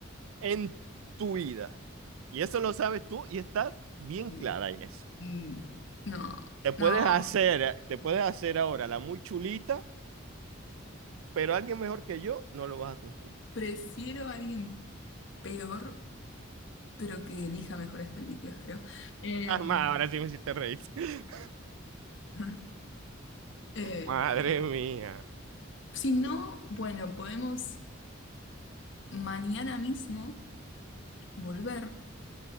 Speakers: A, on the right; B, on the left.
A: en tu vida. Y eso lo sabes tú y estás bien
B: Mm,
A: clara en eso.
B: mm, No,
A: Te puedes
B: no,
A: hacer, eh, te puedes hacer ahora la muy chulita, pero alguien mejor que yo no lo vas a conseguir.
B: prefiero a alguien peor, pero que elija mejores películas, creo. Em,
A: Ah, ma, ahora sí me hiciste reír. <laughs>
B: ajá. Eh,
A: Madre mía.
B: si no, bueno, podemos mañana mismo volver